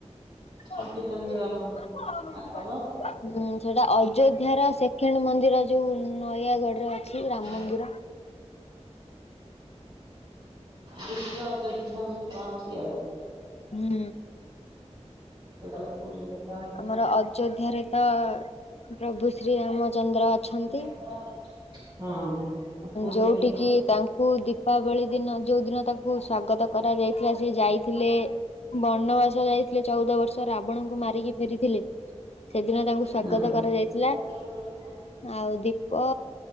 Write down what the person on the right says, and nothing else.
କଣ୍ଟିଲ
ନୀଳମ ମାଧବ
<unintelligible>
ଦ୍ୱିତୀୟ ଅଯୋଧ୍ୟା ବୋଲି କହନ୍ତି ଆଉ।
ସେଠୁ ପୁରୀରେ ତ
<unintelligible> ହଁ ପୁରୀରେ
ତ
ହଁ